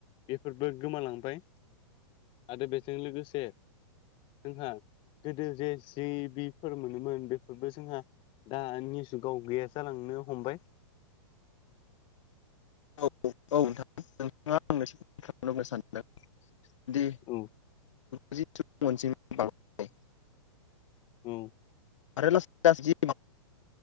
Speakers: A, on the left; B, on the left.
A: बेफोरबो गोमालांबाय आरो बेजों लोगोसे जोंहा गोदो जे जिबिफोर मोनोमोन बेफोरबो जोंहा दा निजुगाव गैया जालांनो हमबाय।
B: औ औ नोंथां नोंथाङा आं एसे खालाम सानदों दि
A: औ।
B: जि सुबुं अनजिमा बांनाय
A: औ।
B: आरो लासै लासै